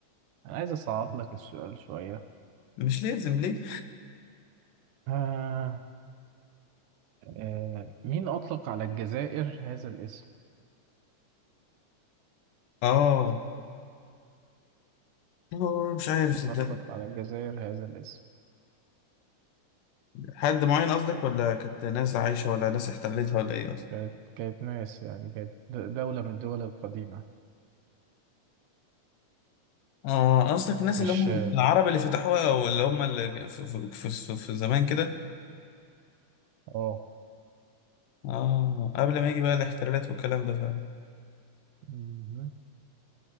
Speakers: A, on the right; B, on the left.
A: أنا عايز أصعب لك السؤال شوية
B: مش لازم ليه
A: آه آه مين أطلق على الجزائر هذا الاسم؟
B: اه آه، مش عارف صدقني
A: أطلق على الجزائر هذا الاسم
B: حد معين قصدك ولا كانت ناس عايشة ولا ناس احتلتها ولا ايه قصدك؟
A: كانت كانت ناس يعني كانت د- دولة من الدول القديمة
B: اه قصدك الناس
A: مش
B: اللي هم
A: آه
B: العرب اللي فتحوها او اللي هم اللي في, في, في, في, في زمان كده
A: آه.
B: اه قبل ما يجي بقى الاحتلالات والكلام ده فعلا
A: مم.